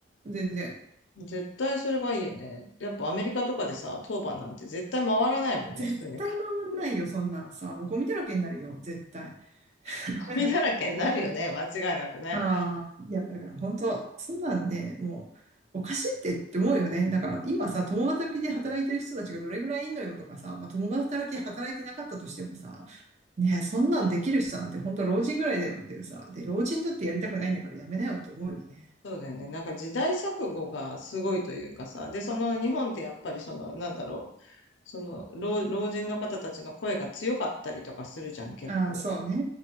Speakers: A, on the right; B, on the left.
A: 全然。
B: うん。絶対それがいいよね。やっぱアメリカとかでさ、当番なんて絶対回らないもんね、
A: 絶対回んないよ、
B: 普通に。
A: そんなんさ。もうゴミだらけになるよ、絶対。<laughs>
B: ゴミだらけになるよね、間違いなくね。
A: ああ、いや、だから本当、そんなんね、もう、おかしいってって思うよね。だから今さ、共働きで働いてる人たちがどれぐらいいんのよとかさ、まあ、共働きで働いてなかったとしてもさ、ねえ、そんなんできる人なんて本当老人ぐらいだよっていうさ。で、老人だってやりたくないんだからやめなよって思うよね。
B: そうだよね。なんか時代錯誤がすごいというかさ、で、その日本ってやっぱりその、なんだろう、その老、老人の方たちの声が強かったりとかするじゃん、結構。
A: ああ、そうね。